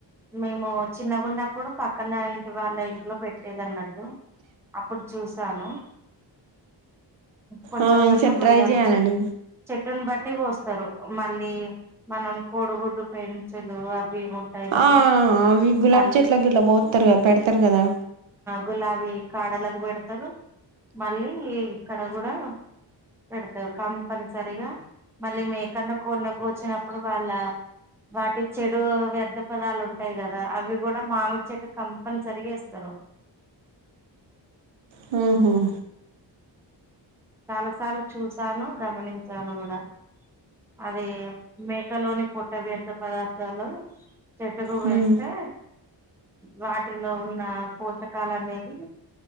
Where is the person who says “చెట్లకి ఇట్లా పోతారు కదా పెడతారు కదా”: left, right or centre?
Right